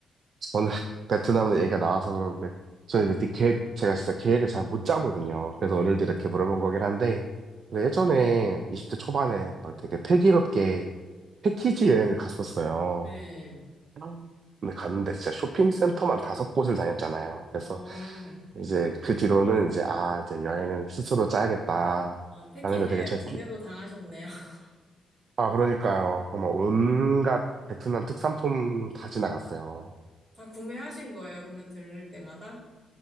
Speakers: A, on the right; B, on the right.
A: 저는 <laughs> 베트남은 얘기가 나와서 그러는데 저는 이제 계획 제가 진짜 계획을 잘 못 짜거든요. 그래서
B: 네,
A: 오늘도 이렇게 물어본 거긴 한데 근데 예전에 20대 초반에 막 되게 패기롭게 패키지 여행을 갔었어요.
B: 네.
A: 음. 근데 갔는데 진짜 쇼핑센터만 다섯 곳을 다녔잖아요. 그래서
B: 어,
A: 이제 그 뒤로는 이제 아 이제 여행을 스스로 짜야겠다
B: 아, 패키지에
A: 라는 걸 되게 절...
B: 제대로 당하셨네요. <laughs>
A: 아 그러니까요. 정말 온갖 베트남 특산품 다 지나갔어요.
B: 다 구매하신 거예요, 그러면 들를 때마다?